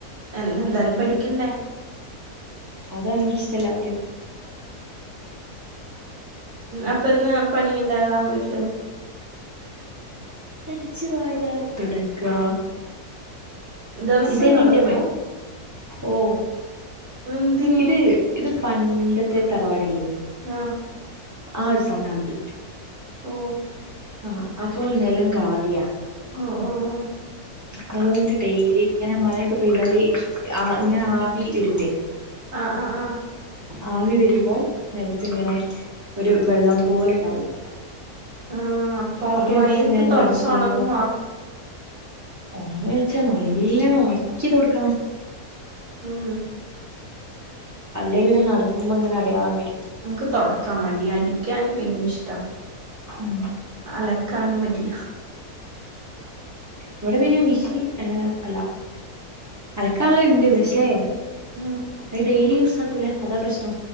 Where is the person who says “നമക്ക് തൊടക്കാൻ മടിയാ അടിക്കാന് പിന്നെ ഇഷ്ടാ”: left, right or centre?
Right